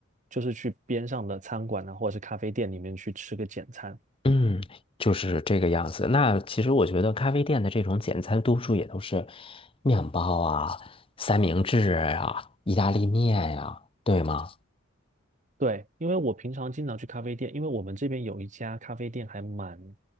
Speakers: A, on the right (about 35°); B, on the left (about 25°).
A: 就是去边上的餐馆啊，或者是咖啡店里面去吃个简餐。
B: 嗯，就是这个样子。那其实我觉得咖啡店的这种简餐，多数也都是面包啊、三明治啊、意大利面呀、对吗？
A: 对，因为我平常经常去咖啡店，因为我们这边有一家咖啡店还蛮